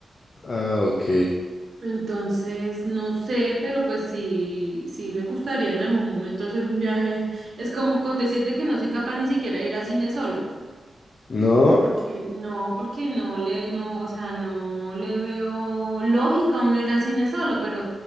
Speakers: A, on the left; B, on the right.
A: Ah, ok.
B: Entonces, no sé, pero pues sí, sí me gustaría en algún momento hacer un viaje. Es como con decirte que no soy capaz ni siquiera de ir a cine sola.
A: No,
B: Porque no, porque no le, no, o sea, no le veo lógica a uno ir al cine solo, pero